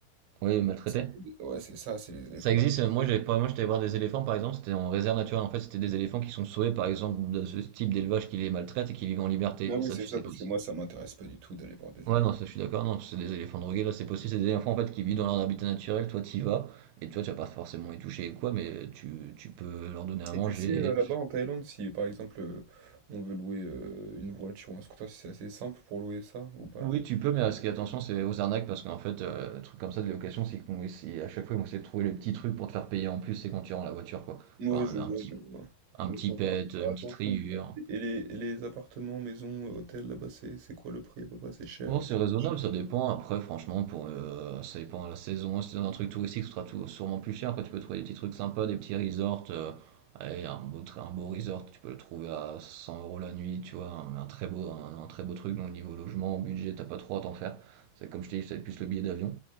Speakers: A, on the right; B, on the right.
A: Oui, maltraité.
B: c'est un peu des ouais, c'est ça, c'est les éléphants
A: Ça
B: maltraités
A: existe. euh, Moi,
B: hein.
A: j'avais pas. Moi, j'étais voir des éléphants, par exemple. C'était en réserve naturelle. En fait, c'était des éléphants qui sont sauvés, par exemple, de ce type d'élevage qui les maltraite et qui vivent en liberté.
B: Ah oui,
A: Et ça,
B: c'est
A: tu
B: ça,
A: sais
B: parce
A: pas. si
B: que moi, ça m'intéresse pas du tout d'aller voir des
A: Ouais,
B: éléphants.
A: non, ça, je suis d'accord. Non, c'est des éléphants drogués. Là, c'est possible. C'est des éléphants en fait qui vivent dans leur habitat naturel. Toi, t'y vas et toi, tu vas pas forcément les toucher ou quoi, mais tu, tu peux leur donner à
B: Et
A: manger.
B: tu sais, euh, là-bas en Thaïlande, si par exemple euh, on veut louer euh, une voiture ou un scooter, si c'est assez simple pour louer ça ou pas?
A: Oui, tu peux, mais euh, ce qui est attention, c'est aux arnaques parce qu'en fait, euh, un truc comme ça de location, c'est qu'on essaie- à chaque fois, ils vont essayer de trouver le petit truc pour te faire payer en plus. C'est quand tu rends la voiture, quoi.
B: Ouais,
A: Genre un,
B: je
A: un
B: vois,
A: petit,
B: je vois. Ouais,
A: un petit
B: faut
A: pet,
B: faire faire
A: une
B: attention.
A: petite rayure.
B: quoi. Et les, et les appartements, maisons, hôtels, là-bas, c'est c'est quoi le prix à peu près? C'est cher.
A: Bon, c'est raisonnable,
B: cher.
A: ça dépend. Après, franchement, pour euh, ça dépend de la saison. Si t'es dans un truc touristique, ce sera tout- sûrement plus cher. Après, tu peux trouver des petits trucs sympas, des petits resorts. euh, allez, un beau, tr- un beau resort, tu peux le trouver à 100 euros la nuit, tu vois. Un, un très beau, un, un très beau truc. Donc, niveau logement, budget, t'as pas trop à t'en faire. C'est comme je t'ai dit, c'est plus le billet d'avion.